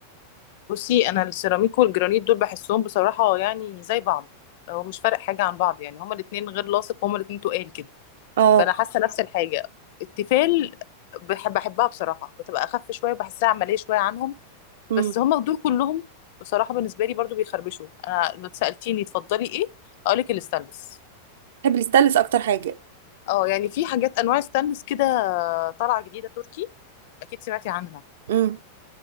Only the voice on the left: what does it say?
بصي انا السيراميك والجرانيت دول بحسهم بصراحه يعني زي بعض هو مش فارق حاجه عن بعض يعني هما الاثنين غير لاصق هما الاثنين تقال كده
فانا حاسه نفس الحاجه التيفال بحب بحبها بصراحه بتبقى اخف شويه بحسها عمليه شويه عنهم
بس هما دول كلهم بصراحه بالنسبه لي برضو بيخربشوا انا لو سالتيني تفضلي ايه اقول لك الستانلس
اه يعني في حاجات انواع ستانلس كده طالعه جديده تركي اكيد سمعتي عنها